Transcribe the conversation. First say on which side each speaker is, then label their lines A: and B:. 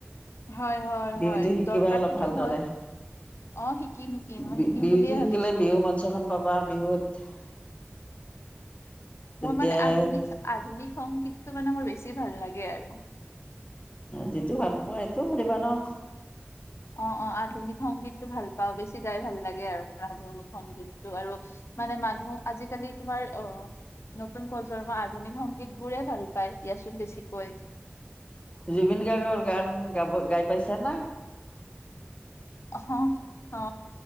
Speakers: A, on the left (about 80°); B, on the left (about 30°).
A: হয় হয়
B: বিহুটো
A: হয়
B: শিকিবা
A: দৰকাৰটোতো
B: অলপ ভালদৰে।
A: হয় অ শিকিম শিকিম মই
B: বি
A: শিকিম
B: বিহুতো
A: বুলিয়ে
B: শিকিলে
A: ভাবিছো
B: বিহু মঞ্চখন পাবা বিহুত। তেতিয়াই
A: মোৰ মানে আধুনিক আধুনিক সংগীতটো মানে মোৰ বেছি ভাল লাগে আৰু।
B: যিটো ভাল পোৱা এইটো কৰিবা ন।
A: অ অ আধুনিক সংগীতটো ভাল পাওঁ বেছি গাই ভাল লাগে আৰু আধুনিক সংগীতটো আৰু। মানে মানুহ আজিকালি তোমাৰ অ নতুন প্ৰজন্মৰ আধুনিক সংগীত বোৰে ভাল পায় দিয়াচোন বেছিকৈ।
B: জুবিন গাৰ্গৰ গান গাব গাই পাইছা না?
A: অঁহ হঁ।